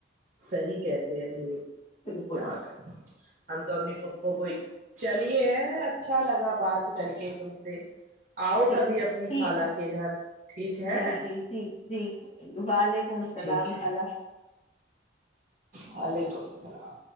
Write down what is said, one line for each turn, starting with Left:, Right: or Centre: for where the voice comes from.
Right: صی کہتے ہیں یہ کیا
Left: بالکل
Right: کر ہم تو اپنی خ کو چل <inaudible> ہے <unintelligible> اچھا لگا بات کر کے تم سے آؤ
Left: جی
Right: کبھی
Left: ٹھیک
Right: اپنی خالہ
Left: ہے
Right: کے گھر ٹھیک ہے
Left: جی جی جی جی وعلیکم السلام
Right: ٹھیک ہے
Left: خلا
Right: وعلیکم سلام